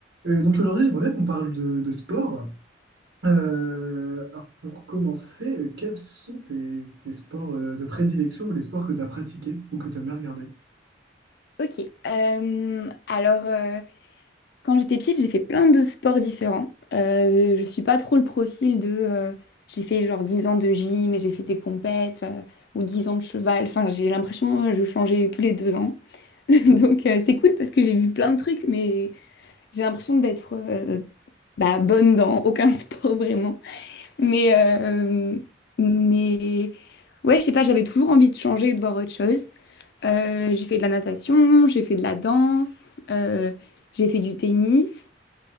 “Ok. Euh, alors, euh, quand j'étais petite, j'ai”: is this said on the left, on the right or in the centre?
Left